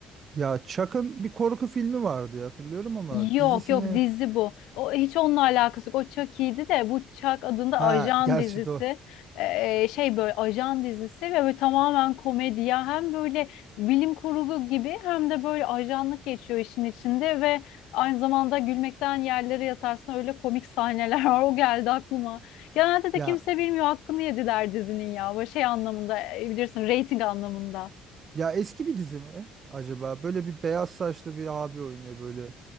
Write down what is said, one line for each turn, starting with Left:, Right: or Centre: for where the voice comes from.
Right: ya Chuck'ın bir korku filmi vardı ya, hatırlıyorum ama
Left: Yok
Right: dizisini
Left: yok dizi bu. O hiç onunla alakası yok. O Chucky'ydi de bu Chuck adında
Right: ha
Left: ajan
Right: gerçi
Left: dizisi.
Right: de o.
Left: Ee, şey böyle ajan dizisi ve böyle tamamen komedi ya. Hem böyle bilim kurgu gibi hem de böyle ajanlık geçiyor işin içinde ve aynı zamanda gülmekten yerlere yatarsın öyle komik sahneler <laughs> var. O geldi aklıma. Genelde de
Right: Ya
Left: kimse bilmiyor hakkını yediler dizinin ya. Böyle şey anlamında e, bilirsin reyting anlamında.
Right: Ya eski bir dizi mi acaba? Böyle bir beyaz saçlı bir abi oynuyor böyle.